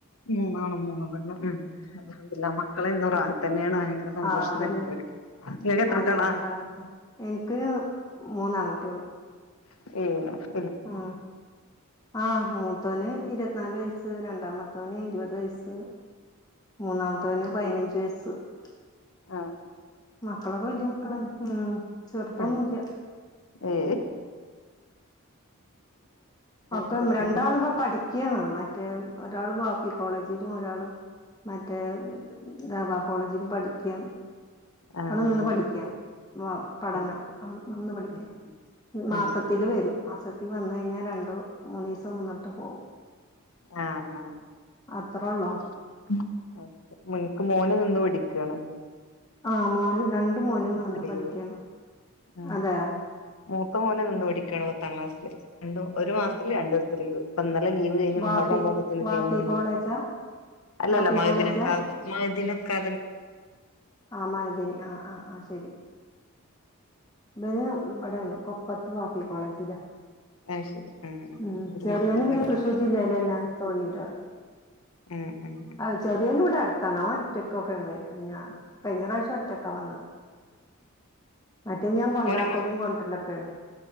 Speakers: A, on the left; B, on the left.
A: മൂന്നാണ് മൂന്ന് പെണ്ണും ഉം അലഹുദില്ല മക്കളൊ തന്നെയാണ് ഭയങ്കര സന്തോഷം
B: ആ അതന്നെ
A: തന്നെയാണ് നിങ്ങൾക്ക് എത്ര
B: അതന്നെ
A: കുട്ടികളാ
B: റതെ എനിക്ക് മൂന്നാകുട്ടികള്.
A: ഉം
B: ഉം ആ മൂത്തോന് ഇരുപത്തിനാല് വയസ്. രണ്ടാമത്തവന് ഇരുപത് വയസ്സ്, മൂന്നാമത്തവന് പതിനഞ്ച് വയസ്സ്. സ്
A: ആ
B: മക്കളൊക്കെ വലിയ മക്കളനെ ഉം ചെർത്തൊന്നുംല്ല.
A: ഉം ഏയ്
B: ഒക്കെ
A: എന്തൊക്കെയാണ്
B: രണ്ടാള് ഇപ്പ പഠിക്കയാണ്. മറ്റേ ഒരാള് ബാഫി കോളേജിലും ഒരാള് മറ്റേ ദവാ കോളേജിലും പഠിക്കിയാണ്.
A: ആഹ്
B: അത് നിന്ന്
A: ആഹ്
B: പഠിക്കയാണ്. വാം പഠനം
A: അത് ശരി
B: ആ നിന്ന് പഠിക്കൻ
A: ആഹ്
B: മാസത്തില്
A: ആഹ്
B: വരും. മാസത്തിൽ വന്ന കഴിഞ്ഞാൽ രണ്ട്, മൂന്ന് ദിവസം നിന്നിട്ട് പോവും.
A: ആ ആ ആ
B: അത്രള്ളോ
A: <unintelligible> മോന് നിന്ന് പിടിക്കാണ്
B: ആഹ് മോന രണ്ട് മോനും നിന്ന്
A: ലീവ്
B: പഠിക്കാണ്
A: ഉം
B: അതെ
A: മൂത്ത മോന് നിന്ന്
B: ഉം
A: പടിക്കാണ് പത്താം ക്ലാസ് രണ്ട് ഒരു മാസത്തില് രണ്ടു ദിവസതെ ലീവ് <unintelligible> ലീവ് കഴിഞ്ഞ്
B: വാഫി
A: മുഹറാം പോവുമ്പോത്ത
B: വാഫി
A: ലീവിന
B: കോളേജാ
A: അല്ലല്ല
B: വാഫി
A: മഴദിനക്കാ
B: കോളേജാ
A: മഴദിനക്കാ
B: ആ മതന്ന് ആഹ് ആഹ് ശരി <unintelligible> ഇവിടൊണ് കൊപ്പത്ത് വാപ്പി കോളേജ്
A: അത് ശരി ആ
B: ഉം
A: ഒരു
B: ചെറിയാനും
A: മഹദിന്റെ
B: പിന്നെ
A: അവിടെ
B: തൃശ്ശൂർ ജില്ലയിതന്നെ തൊഴിട്ടറി
A: ഉം ഉം ഉം
B: അ ചെറിയേന്ന് ഇവിടാ അടു എത്തണ ഓൻ ഒറ്റക്കൊക്കെയാ വരിഞ കഴിഞ്ഞ പ്രാവശ്യം ഒറ്റക്കാ വന്നത് മറ്റേ ഞാൻ കൊണ്ടാക്കലും
A: മോനു-
B: കൊണ്ടരലൊക്കെയാണ്